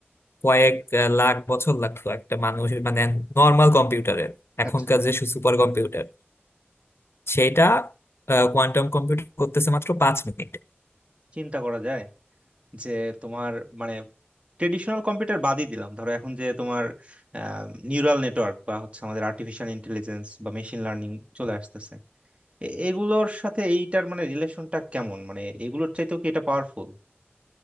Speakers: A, on the left; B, on the right.
A: কয়েক আহ, লাখ বছর লাগতো একটা মানুষ মানে নর্মাল কম্পিউটারের এখনকার
B: আচ্ছা
A: যে সুপার কম্পিউটার সেটা কোয়ান্টাম কম্পিউটার করতেছে মাত্র পাঁচ মিনিট
B: চিন্তা করা যায় যে তোমার মানে ট্রেডিশনাল কম্পিউটার বাদই দিলাম ধরো এখন যে তোমার নিউরাল নেটওয়ার্ক বা হচ্ছে আমাদের আর্টিফিশিয়াল ইন্টেলিজেন্স বা মেশিন লার্নিং চলে আসতেছে এ- এগুলোর সাথে এইটার মানে রিলেশনটা কেমন মানে এগুলোর চাইতেও কি এটা পাওয়ারফুল